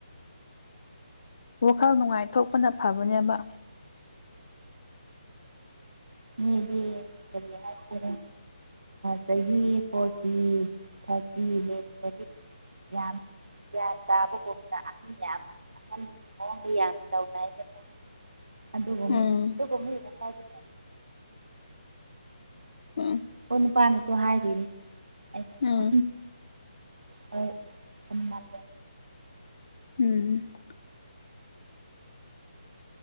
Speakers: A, on the left (about 55°); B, on the right (about 85°).
A: ꯋꯥꯈꯜ ꯅꯨꯡꯉꯥꯏꯊꯣꯛꯄꯅ ꯐꯕꯅꯦꯕ
B: ꯃꯤ ꯗꯤ ꯀꯔꯤ ꯍꯥꯢꯁꯤꯕ ꯆꯍꯤ ꯐꯣꯔꯇꯤ ꯊꯥꯔꯇꯤ ꯍꯦꯗꯤ ꯌꯥꯝ ꯒ꯭ꯌꯥꯟ ꯇꯥꯕꯒꯨꯝꯅ ꯑꯍꯟ ꯌꯥꯝ ꯑꯍꯟ ꯃꯑꯣꯡꯗ ꯌꯥꯝ ꯇꯧꯅꯏꯗꯅ ꯑꯗꯨꯒꯨꯝ
A: ꯎꯝ
B: ꯑꯗꯨꯒꯨꯝ ꯑꯗꯨꯝ
A: ꯎꯝ
B: ꯍꯣꯏ ꯅꯨꯄꯥꯅꯁꯨ ꯍꯥꯏꯔꯤꯅꯦ ꯑ
A: ꯎꯝ
B: ꯍꯣꯏ ꯁꯟꯃꯜ
A: ꯎꯝ